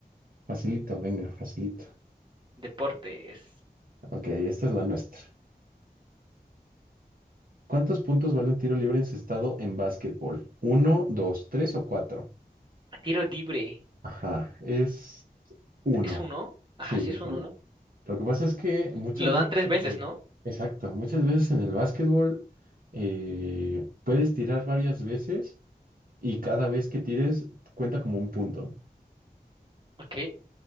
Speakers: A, on the right (about 60°); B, on the right (about 30°).
A: Facilito, venga, facilito.
B: Deportes.
A: Ok, esta es la nuestra. ¿Cuántos puntos vale un tiro libre encestado en básquetbol? ¿Uno, dos, tres o cuatro?
B: Tiro libre.
A: Ajá, es uno.
B: ¿Es uno? Ajá,
A: Sí,
B: sí
A: es
B: es uno,
A: uno.
B: ¿no?
A: Lo que pasa es que muchas
B: Lo
A: veces,
B: dan tres
A: mm,
B: veces, ¿no?
A: exacto, muchas veces en el básquetbol eh, puedes tirar varias veces y cada vez que tires cuenta como un punto.
B: Ok.